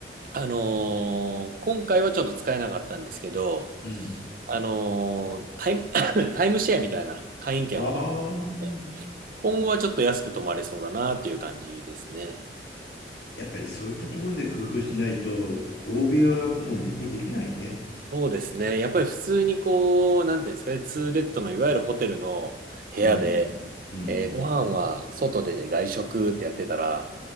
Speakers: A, on the right (about 50°); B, on the left (about 65°).
A: あのー今回はちょっと使えなかったんですけど、
B: うんうん。うん
A: あのータイム、<coughs> <laughs> タイムシェアみたいな会員権を持っ
B: ああー、
A: て、今後はちょっと安く泊まれそうだなっていう感じですね。
B: やっぱりそういったところで工夫しないと、欧米はもう旅行できないね。
A: そうですね。やっぱり普通にこう、なんていうんですかね、ツーベッドのいわゆるホテルの部屋で、
B: うん。うん。
A: えーご飯は外で外食ってやってたら、